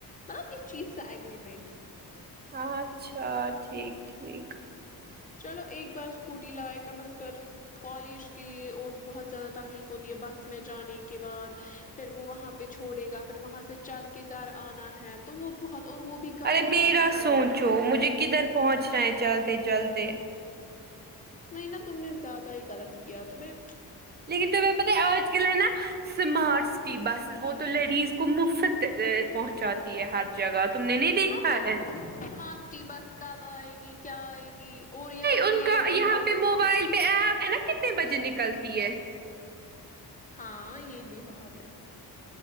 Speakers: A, on the left (about 20°); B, on the right (about 25°).
A: مطلب اس چیز کا اگریمنٹ
B: آ اچھا ٹھیک ٹھیک
A: چلو ایک بار اسکوٹی لائےائے کم از کر کالج کے لیے اور بہت زیادہ تکلیف ہوتی ہے بس میں جانے کے بعد پھر وہ وہاں پہ چھوڑے گا پھر وہاں سے چل کے گھر آنا ہے تو وہ بہت اور وہ بھی گرمی
B: ارے میرا
A: میں
B: سوچو مجھے کدھر پہنچنا ہے چلتے چلتے
A: وہی نا تم نے زیادہ ہی غلط کیا تمہے
B: لیکن تمہیں پتہ ہے آج کل ہے نا سمارٹ سٹی بسیز وہ تو لیڈیز کو مفت پہنچاتی ہے ہر جگہ تم نے نہیں دیکھا
A: اب <unintelligible>
B: ہے
A: مارٹی بس کب آئے گی کیا آئے گی اور یہاں سے
B: ان
A: لیٹ
B: کا
A: بھی
B: یہاں
A: ہوا ہوگا
B: پہ موبائل پہ ایپ ہے نا کتنے بجے نکلتی ہے
A: ہاں یہ بھی بات ہے